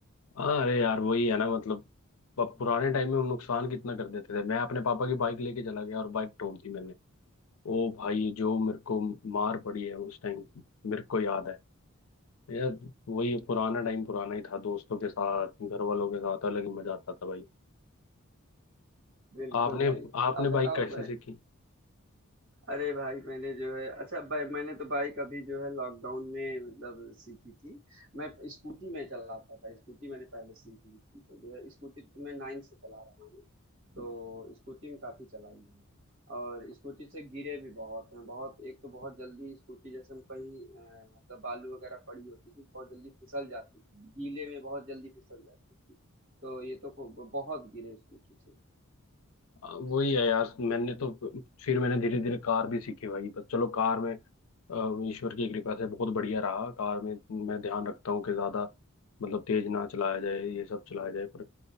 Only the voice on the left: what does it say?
हाँ, अरे यार वही है ना मतलब प- पुराने टाइम में हम नुकसान कितना कर देते थे मैं अपने पापा की बाइक लेके चला गया और बाइक तोड़ दी मैंने ओ भाई जो मेरे को मार पड़ी है उस टाइम मेरे को याद है यार वही पुराना टाइम पुराना ही था दोस्तों के साथ घर वालों के साथ अलग ही मजा आता था भाई
आपने
आपने
बाइक कैसे
सीखी
अ, वही है यार मैंने तो फिर मैंने धीरे धीरे कार भी सीखी भाई पर चलो कार में अ, ईश्वर की कृपा से बहुत बढ़िया रहा कार में मैं ध्यान रखता हूँ कि ज्यादा मतलब तेज ना चलाया जाए ये सब चलाया जाए पर